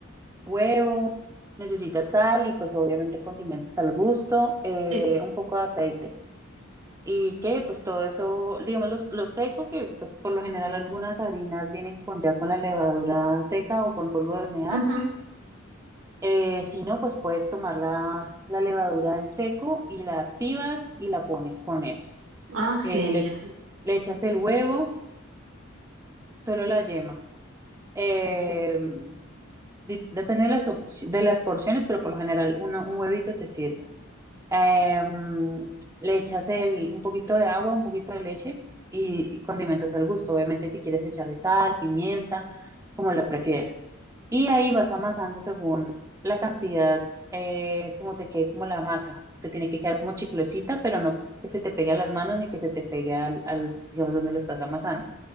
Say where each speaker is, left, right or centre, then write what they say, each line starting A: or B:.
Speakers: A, on the right (about 15°); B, on the right (about 70°).
A: huevo, necesitas sal y pues obviamente condimentos al gusto, eh,
B: Sí, sí.
A: un poco de aceite. Y que pues todo eso, digamos, los- lo seco, que pues por lo general algunas harinas vienen con ya con la levadura seca o con polvo de hornear.
B: Ujú.
A: Eh, si no, pues puedes tomar la, la levadura en seco y la activas y la pones con eso.
B: Ah,
A: eh,
B: genial.
A: le, le echas el huevo, solo la yema. Eh, di- depende de las, opci- de las porciones, pero por lo general una- un huevito te sirve. Eh, le echas el, un poquito de agua, un poquito de leche y, y condimentas al gusto. Obviamente si quieres echarle sal, pimienta, como lo prefieras. Y ahí vas amasando según la cantidad, eh, como te quede como la masa. Te tiene que quedar como chiclosita, pero no que se te pegue a las manos ni que se te pegue al, al digamos, donde lo estás amasando.